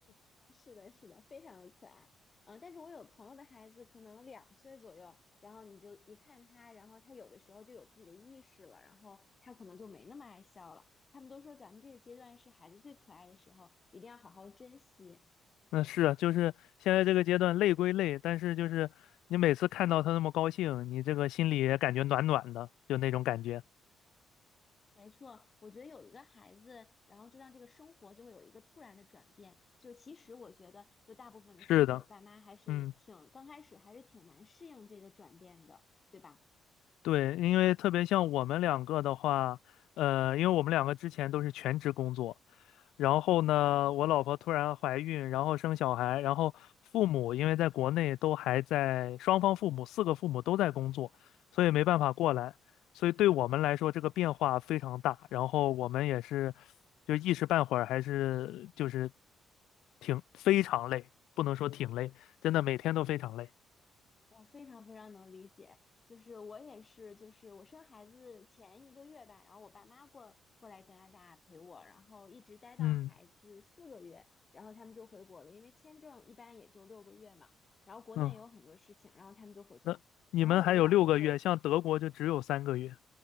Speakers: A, on the left; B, on the left.
A: 是的，是的，非常的可爱。嗯，但是我有朋友的孩子可能两岁左右，然后你就一看他，然后他有的时候就有自己的意识了，然后他可能就没那么爱笑了。他们都说咱们这个阶段是孩子最可爱的时候，一定要好好珍惜。
B: 那是啊，就是现在这个阶段累归累，但是就是你每次看到他那么高兴，你这个心里也感觉暖暖的，就那种感觉。
A: 没错，我觉得有一个孩子，然后就让这个生活就会有一个突然的转变。就其实我觉得，就大部分的新手爸妈还是挺刚开始还是挺难适应这个转变的，
B: 是的，嗯。
A: 对吧？
B: 对，因为特别像我们两个的话，呃，因为我们两个之前都是全职工作，然后呢，
A: 嗯。
B: 我老婆突然怀孕，然后生小孩，然后父母因为在国内都还在，双方父母四个父母都在工作，所以没办法过来，所以对我们来说这个变化非常大，然后我们也是就一时半会儿还是就是挺非常累，不能说挺累，真的每天都非常累，
A: 我非常非常能理解，就是我也是，就是我生孩子前一个月吧，然后我爸妈过过来加拿大陪我，然后一直待到孩子四个月，
B: 嗯
A: 然后他们就回国了，因为签证一般也就六个月嘛，然后国内有很多事情，
B: 嗯。
A: 然后他们就回去了，
B: 那你们还有六个月，
A: 然后我们两个就
B: 像德国就只有三个月，